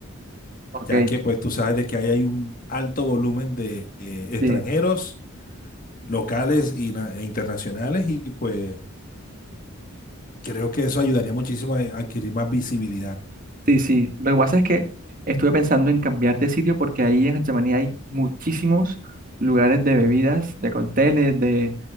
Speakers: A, on the right; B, on the left.
A: Ok,
B: ya que pues tú sabes de que ahí hay un alto volumen de eh, extranjeros,
A: sí.
B: locales y na- e internacionales y pues creo que eso ayudaría muchísimo a a adquirir más visibilidad.
A: Sí, sí. Lo que pasa es que estuve pensando en cambiar de sitio porque ahí en Getsemaní hay muchísimos lugares de bebidas, de cócteles, de,